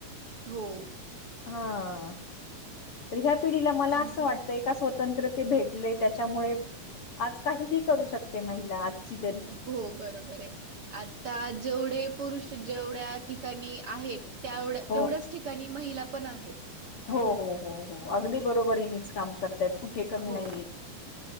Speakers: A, on the right (about 55°); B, on the left (about 50°).
A: हो.
B: हा, तर ह्या पिढीला मला
A: आणि
B: असं वाटतय स्वतंत्र ते भेटले त्याच्यामुळे, आज काहीही करू शकते महिला. आजची तरी
A: हो बरोबर हाय, आता जेवढे पुरुष जेवढ्या ठिकाणी आहेत, त्या
B: हो
A: तेवढ्याच ठिकाणी महिला पण आहेत.
B: हो, हो, हो, हो अगदी बरोबरच काम करतायत ते कमी
A: हो.
B: नाहीत,